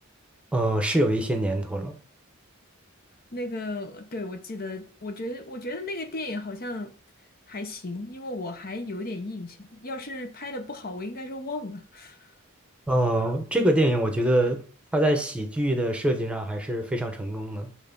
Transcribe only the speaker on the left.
那个，对，我记得，我觉得，我觉得那个电影好像还行，因为我还有点印象。要是拍的不好，我应该是忘了。<laughs>